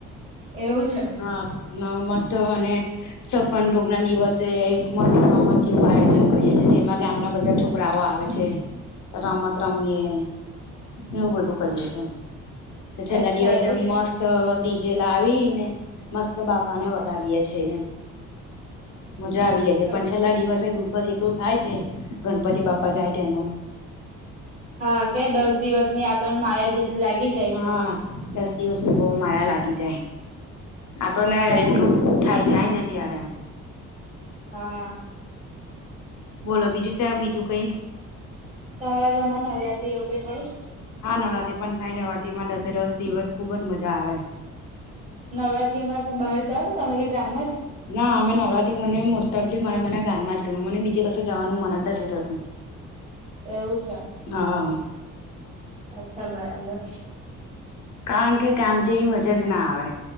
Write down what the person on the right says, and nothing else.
એવું છે
અચ્છા
એવું છે.
અચ્છા
હા કે દસ દિવસની આપણને માયા જેટલી લાગી જાય
છે.
હા
એ
હા.
તમારા ગામમાં નવરાત્રિ એવું કંઈ થાય.
નવરાત્રીમાં બહાર જાવ ને કે તમે ગામમાં જ
એવું છે
અચ્છા બરાબર